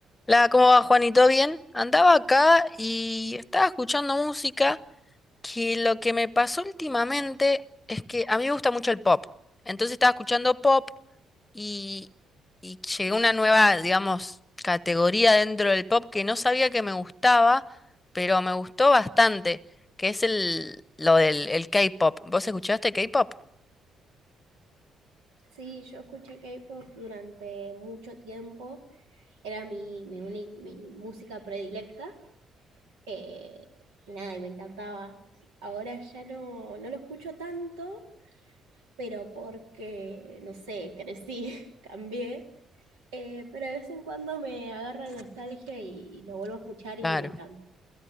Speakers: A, on the left (about 25°); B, on the right (about 80°).
A: La, ¿cómo va, Juanito? Bien. Andaba acá y estaba escuchando música que lo que me pasó últimamente es que a mí me gusta mucho el pop. Entonces estaba escuchando pop y, y llegué a una nueva, digamos, categoría dentro del pop que no sabía que me gustaba, pero me gustó bastante, que es el, lo del el K-pop. ¿Vos escuchaste K-pop?
B: Sí, yo escuché K-pop durante mucho tiempo, era mi, mi, uni- mi música predilecta, eh, nada, y me encantaba. Ahora ya no, no lo escucho tanto, pero porque, no sé, crecí, <laughs> cambié, eh, pero de vez en cuando me agarra nostalgia y, y lo vuelvo a escuchar y
A: Claro.
B: me encanta.